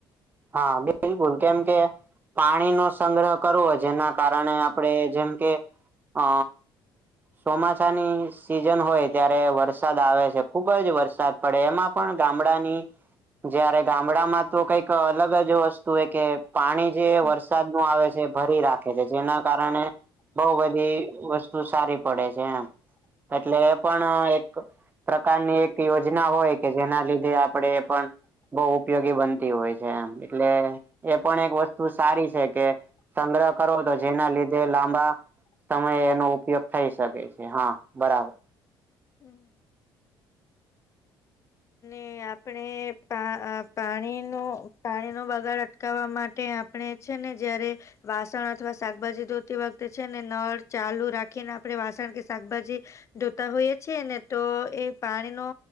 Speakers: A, on the right; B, on the left.
A: હા બિલકુલ કેમ કે પાણીનો સંગ્રહ કરવો જેના કારણે આપણે જેમ કે અ ચોમાસાની સિઝન હોય ત્યારે વરસાદ આવે છે ખુબ જ વરસાદ પડે એમાં પણ ગામડાની જયારે ગામડા માં તો કઈક અલગ જ વસ્તુ તું હે કે પાણી જે
B: હમ.
A: વરસાદનું આવે છે ભરી રાખે છે જેના કારણે બઉ બધી વસ્તુ સારી પડે છે એમ એટલે એ પણ એક પ્રકારની એક યોજના હોય કે જેના લીધે આપણેે પણ બહુ ઉપયોગી બનતી હોય છે એમ એટલે એ પણ એક વસ્તુ સારી છે કે સંગ્રહ કરો તો જેના લીધે લાંબા સમયે એનો ઉપયોગ થઈ શકે છે હા બરાબર
B: હમ. ને આપણે પા પાણીનો પાણીનો બગાડ અટકાવવા માટે આપણે છે ને જયારે વાસણ અથવા શાકભાજી ધોતી વખતે છે ને નળ ચાલુ રાખીને આપણે વાસણ કે શાકભાજી ધોતા હોઈએ છીએ ને તો એ પાણીનો